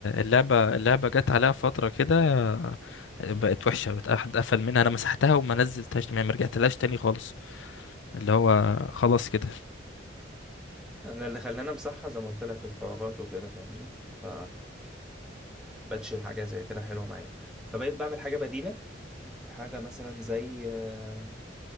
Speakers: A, on the left; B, in the centre.
A: اللعبة اللعبة جت عليها فترة كده بقت وحشة بقت أحد قفل منها أنا مسحتها وما نزلتهاش ما رجعتلهاش تاني خالص اللي هو خلاص كده
B: انا اللي خلاني امسحها زي ما قلت لك الحوارات وكده فاهمني ف بقتش حاجه زي كده حلوه معايا فبقيت بعمل حاجه بديله <clears throat> حاجه مثلا زي آه،